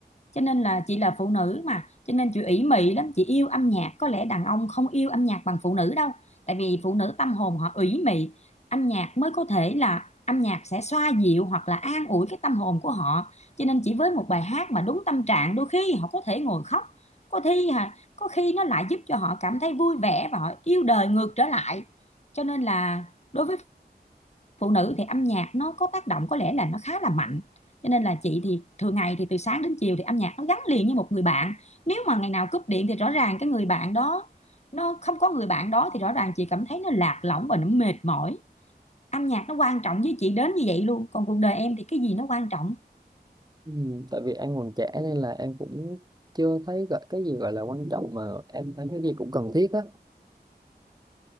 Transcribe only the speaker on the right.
ừ, tại vì em còn trẻ nên là em cũng chưa thấy gọi- cái gì gọi là quan trọng mà em thấy cái gì cũng cần thiết á